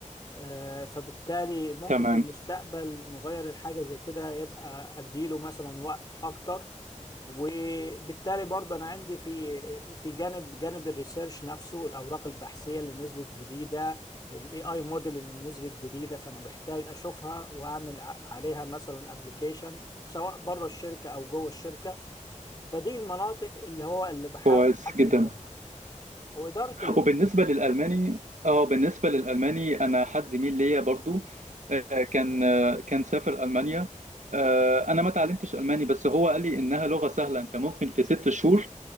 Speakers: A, on the left; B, on the right.
A: آه، فبالتالي ممكن
B: تمام
A: في المستقبل نغير الحاجه زي كده يبقى اديله مثلا وقت اكتر وبالتالي برضه انا عندي في في جانب جانب الريسيرش نفسه الاوراق البحثيه اللي نزلت جديده الاي اي موديل اللي نزلت جديده فانا بحتاج اشوفها واعمل ع- عليها مثلا ابلكيشن سواء بره الشركه او جوه الشركه فدي المناطق اللي هو اللي بحاول
B: كويس
A: احسن
B: جدا
A: منها واداره
B: <laughs>
A: الوقت
B: وبالنسبة للألماني اه بالنسبة للألماني أنا حد زميل ليا برضو آه، كان آه، كان سافر ألمانيا آه، أنا ما تعلمتش ألماني بس هو قال لي إنها لغة سهلة أنت ممكن في ست شهور